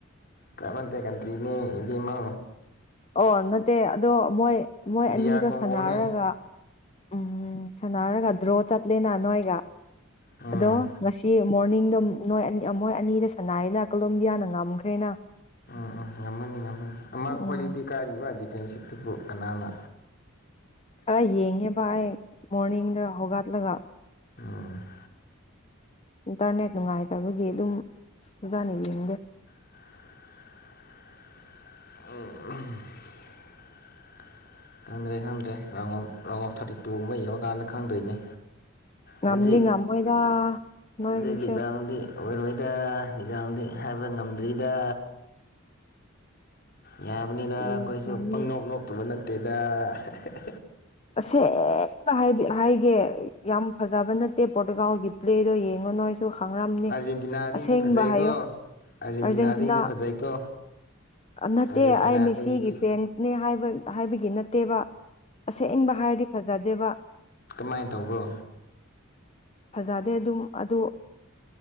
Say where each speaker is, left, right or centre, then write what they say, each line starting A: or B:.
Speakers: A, on the left; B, on the left.
A: <unintelligible> ꯅꯠꯇ‌ꯦ ꯀꯟꯇ꯭ꯔꯤꯅ‌ꯦ ꯏꯕ‌ꯦꯃꯥ
B: ꯑꯣ ꯅꯠꯇꯦ ꯑꯗꯣ ꯃꯣꯏ ꯃꯣꯏ
A: ꯗꯤ
B: ꯑꯅꯤꯗꯣ
A: ꯑꯥꯔ ꯀꯣꯡꯒꯣꯅꯦ
B: ꯁꯥꯟꯅꯔꯒꯥ ꯎꯝ ꯁꯟꯅꯔꯒ ꯗ꯭ꯔꯣ ꯆꯠꯂꯦꯅ ꯅꯣꯏꯒ꯫
A: ꯎꯝ
B: ꯑꯗꯣ ꯉꯁꯤ ꯃꯣꯔꯅꯤꯡꯗꯨꯝ ꯅꯣꯏ ꯑꯟ ꯃꯣꯏ ꯑꯅꯤꯗ ꯁꯟꯌ‌ꯦꯅꯥ ꯀꯣꯂꯣꯝꯕꯤꯌꯥꯅ ꯉꯝꯈ꯭ꯔꯦꯅ꯫
A: ꯑ-ꯑ ꯉꯝꯃꯥꯅꯤ-ꯉꯝꯃꯥꯅꯤ ꯑꯃ
B: ꯎꯝ
A: ꯈꯣꯏꯗꯗꯤ ꯀꯥꯏꯗꯒꯤꯕꯥ ꯗꯤꯐꯦꯟꯁꯤꯞꯇꯨꯕꯨ ꯀꯅꯥꯅ
B: ꯈ꯭ꯔꯥ ꯌꯦꯡꯉꯦꯕ ꯑꯩ ꯃꯣꯔꯅꯤꯡꯗꯣ ꯍꯧꯒꯠꯂꯒ꯫
A: ꯎꯝ
B: ꯏꯟꯇꯔꯅꯦꯠ ꯅꯨꯡꯉꯥꯏꯇꯕꯒꯤ ꯑꯗꯨꯝ ꯐꯖꯅꯥ ꯌꯦꯡꯗꯦ꯫
A: <unintelligible> ꯈꯪꯗ꯭ꯔꯦ-ꯈꯪꯗ꯭ꯔꯦ round of round of thirty ꯇꯨꯒꯨꯝꯕ ꯌꯧꯔꯀꯥꯟꯗ ꯈꯪꯗꯣꯏꯅꯦ꯫
B: ꯉꯝꯗꯤ
A: ꯍꯖꯤꯛ
B: ꯉꯝꯃꯣꯏꯗ
A: ꯎꯝ
B: ꯅꯣꯏꯒꯤꯁꯦ
A: ꯑꯗꯩ ꯂꯤꯛ ꯔꯥꯎꯟꯗꯤ ꯑꯣꯏꯔꯣꯏꯗ ꯂꯤ ꯌꯥꯎꯗꯤ ꯍꯥꯏꯕ ꯉꯝꯗ꯭ꯔꯤꯗ꯫ ꯌꯥꯕꯅꯤꯗ
B: ꯁꯤꯈ꯭ꯔꯅꯤ
A: ꯑꯈꯣꯏꯖꯨ ꯄꯪꯅꯣꯞ ꯅꯣꯞꯇꯕ ꯅꯠꯇꯦꯗ ꯫
B: ꯑꯁꯦꯡꯕ ꯍꯥꯏꯕꯤ ꯍꯥꯏꯒꯦ ꯌꯥꯝ ꯐꯖꯕ ꯅꯠꯇꯦ ꯄꯣꯔꯇꯨꯒꯥꯜꯒꯤ ꯄ꯭ꯂꯦꯗꯣ ꯌꯦꯡꯉꯣ ꯅꯣꯏ ꯗꯨ ꯈꯥꯡꯔꯝꯅꯤ
A: ꯑꯥꯔꯖꯦꯟꯇꯤꯅꯥꯗꯩꯗꯤ
B: ꯑꯁꯦꯡꯕ
A: ꯐꯖꯩꯀꯣ
B: ꯍꯥꯏꯌꯣ
A: ꯑꯥꯔꯖꯦꯟꯇꯤꯅꯥꯗꯒꯤꯗꯤ
B: ꯑꯔꯖꯦꯟꯇꯤꯅꯥ
A: ꯐꯖꯩꯀꯣ
B: ꯑ ꯅꯠꯇꯦ
A: ꯑꯥꯔꯖꯦꯟꯇꯤꯅꯥꯗꯒꯤꯗꯤ
B: ꯑꯩ ꯃꯤꯁꯤꯒꯤ ꯐꯦꯟꯁꯅꯦ ꯍꯥꯏꯕ ꯍꯥꯏꯕꯒꯤ ꯅꯠꯇꯦꯕ꯫ ꯑꯁꯦꯡꯕ ꯍꯥꯏꯔꯗꯤ ꯐꯖꯗꯦꯕ
A: ꯀꯃꯥꯏꯟ ꯇꯧꯕ꯭ꯔꯣ
B: ꯐꯖꯥꯗꯦ ꯑꯗꯨꯝ ꯑꯗꯨ